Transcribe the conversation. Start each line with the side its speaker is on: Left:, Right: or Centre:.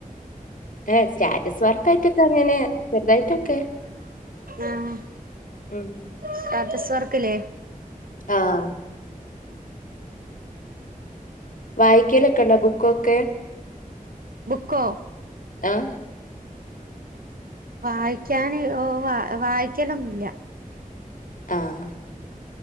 Left: ഏഹ് സ്റ്റാറ്റസ് വർക്ക ആയിട്ടൊക്കെ അങ്ങനെ ചെറുതായിട്ടൊക്കെ
Right: ആഹ്
Left: ഉം
Right: സ്റ്റാറ്റസ് വർക്ക്ല്ലേ
Left: ആഹ് വായിക്കലൊക്കെ ണ്ടോ ബുക്കൊക്കെ
Right: ബുക്കോ
Left: ആഹ്
Right: വായിക്കൻ ഓഹ് വ വായിക്കലൊന്നുല്ല
Left: ആഹ്